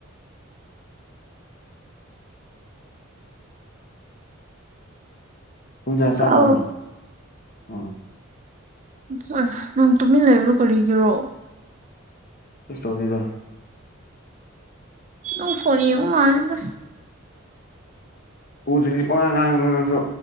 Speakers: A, on the left; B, on the right.
A: ꯄꯨꯡꯀ꯭ꯋꯥ ꯆꯥꯗꯣꯏꯅꯣ
B: ꯀꯥꯎꯔꯣ
A: ꯑ
B: ꯎ ꯑꯥ ꯅꯪ ꯇꯨꯃꯤꯟ ꯂꯩꯕꯗꯣ ꯀꯔꯤꯒꯤꯔꯣ
A: ꯀꯩꯁꯨ ꯇꯧꯗꯦꯗ
B: ꯅꯪ ꯐꯣꯟ ꯌꯦꯡꯕ ꯃꯥꯜꯂꯦꯗ
A: ꯎꯗ꯭ꯔꯤꯗꯤ ꯄꯥꯉꯥꯡ ꯉꯥꯡꯒꯅꯨ ꯅꯪꯁꯨ